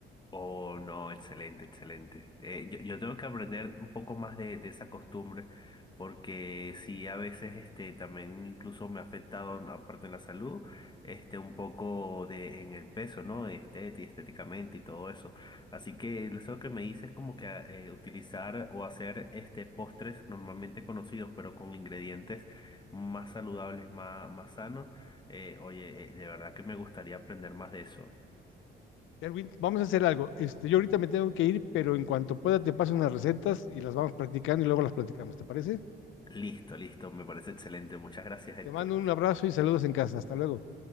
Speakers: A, on the left; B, on the left.
A: Oh, no, excelente, excelente. Eh, yo, yo tengo que aprender un poco más de, de esa costumbre, porque sí, a veces este, también incluso me ha afectado, ¿no? aparte en la salud, este, un poco de, en el peso, ¿no? Este, estéticamente y todo eso. Así que eso que me dices es como que eh, utilizar o hacer este, postres normalmente conocidos, pero con ingredientes más saludables, más, más sanos. Eh, oye, eh, de verdad que me gustaría aprender más de eso.
B: Erwin, vamos a hacer algo. Este, yo ahorita me tengo que ir, pero en cuanto pueda te paso unas recetas y las vamos practicando y luego las platicamos, ¿te parece?
A: Listo, listo, me parece excelente. Muchas gracias, Héctor.
B: Te mando un abrazo y saludos en casa. Hasta luego.